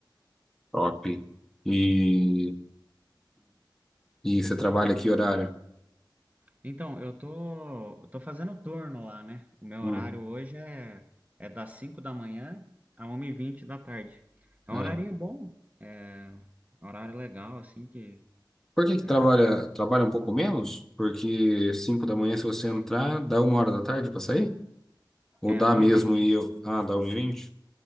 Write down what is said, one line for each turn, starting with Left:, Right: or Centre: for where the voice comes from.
Centre: Top. E, e você trabalha que horário?
Right: Então, eu tô, eu tô fazendo turno lá, né? O meu
Centre: Hum,
Right: horário hoje é, é das 5 da manhã a 1 e vinte da tarde. É
Centre: é.
Right: um horarinho bom, é um horário legal, assim, que
Centre: Por que que
Right: é,
Centre: trabalha,
Right: acorda,
Centre: trabalha um pouco menos? Porque 5 da manhã, se você entrar, dá uma hora da tarde para sair? Ou
Right: é
Centre: dá
Right: 1h20.
Centre: mesmo e eu. Ah, dá 1 e vinte.